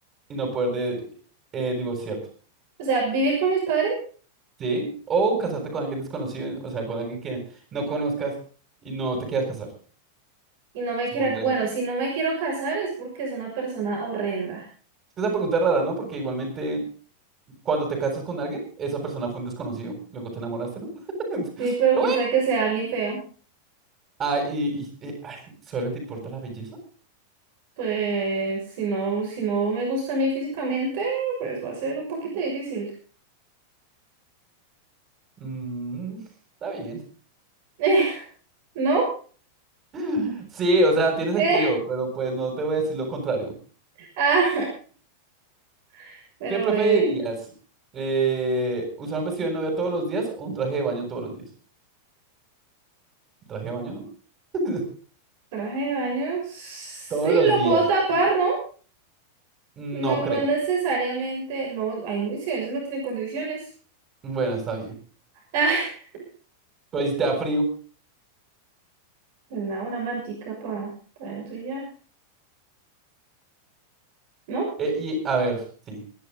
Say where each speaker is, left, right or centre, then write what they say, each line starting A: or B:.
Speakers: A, on the right (about 30°); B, on the right (about 50°).
A: y no poder de- eh, divorciarte,
B: O sea, vivir con mis padres
A: ¿sí? O casarte con alguien desconocido, o sea, con alguien que no conozcas y no te quieras casar,
B: y no me
A: supondré.
B: quiera, bueno, si no me quiero casar es porque es una persona horrenda.
A: Es que esa pregunta es rara, ¿no? Porque igualmente cuando te casas con alguien, esa persona fue un desconocido, luego te enamoraste, ¿no? <laughs> Pero
B: Sí, pero
A: bueno,
B: quién sabe que sea alguien feo.
A: ah, y, y, eh, ay, ¿solo te importa la belleza?
B: Pues si no, si no me gusta a mí físicamente, pues va a ser un poquito difícil.
A: Mm, está bien.
B: <laughs> ¿no?
A: <laughs> Sí, o sea, tiene sentido,
B: Eh,
A: pero pues no te voy a decir lo contrario.
B: ah, <laughs> pero
A: ¿Qué preferirías?
B: bebé,
A: Eh, ¿usar un vestido de novia todos los días o un traje de baño todos los días? ¿Un traje de baño, no? <laughs>
B: traje de baño, sí
A: Todos los
B: lo
A: días.
B: puedo tapar,
A: Y-
B: ¿no?
A: No
B: No,
A: creo.
B: no necesariamente, no, ay, no hice eso, no tiene condiciones.
A: Bueno, está bien.
B: <laughs>
A: Pero si te da frío.
B: Ah, nada, una mantica para pa pa dentro y ya, ¿no?
A: Eh, y a ver, sí.